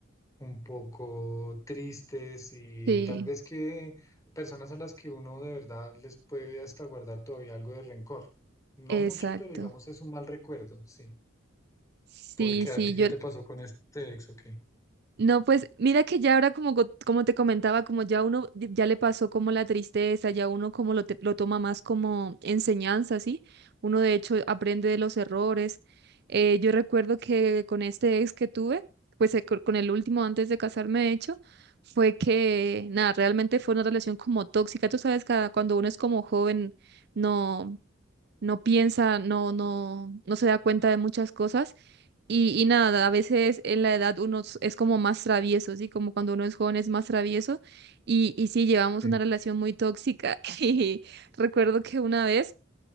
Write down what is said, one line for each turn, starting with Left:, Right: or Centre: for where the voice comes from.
Left: un poco tristes y
Right: Sí,
Left: tal vez que personas a las que uno de verdad les puede hasta guardar todavía algo de rencor. No
Right: exacto.
Left: mucho, pero digamos es un mal recuerdo, sí.
Right: Sí,
Left: Porque
Right: sí,
Left: a ti, ¿qué
Right: yo.
Left: te pasó con este ex o qué?
Right: No, pues mira que ya ahora como, co- como te comentaba, como ya uno di- ya le pasó como la tristeza, ya uno como lo, te- lo toma más como enseñanza, ¿sí? Uno de hecho aprende de los errores. Eh, yo recuerdo que con este ex que tuve, pues eh, co- con el último antes de casarme, de hecho, fue que, nada, realmente fue una relación como tóxica. Tú sabes, cada, cuando uno es como joven, no, no piensa, no, no, no se da cuenta de muchas cosas. Y, y nada,
Left: Mm.
Right: a veces en la edad uno es es como más travieso, ¿sí? Como cuando uno es joven es más travieso. Y, y sí, llevamos
Left: Sí.
Right: una relación muy tóxica. <laughs> Y recuerdo que una vez